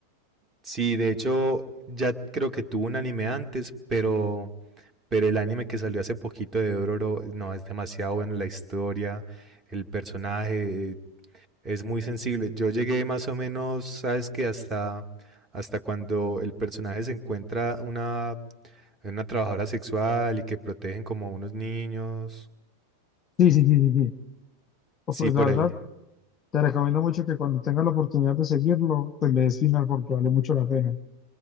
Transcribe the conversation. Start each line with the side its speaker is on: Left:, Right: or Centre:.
Right: Sí, de hecho, ya creo que tuvo un anime antes, pero, pero el anime que salió hace poquito de Dororo, no, es demasiado bueno la historia, el personaje, eh, es muy sensible. Yo llegué más o menos, sabes que hasta, hasta cuando el personaje se encuentra una, una trabajadora sexual y que protegen como a unos niños.
Left: Sí, sí, sí, sí, sí. O,
Right: Sí,
Left: Pues
Right: por
Left: la verdad,
Right: ahí.
Left: te recomiendo mucho que cuando tengas la oportunidad de seguirlo, pues le des final porque vale mucho la pena.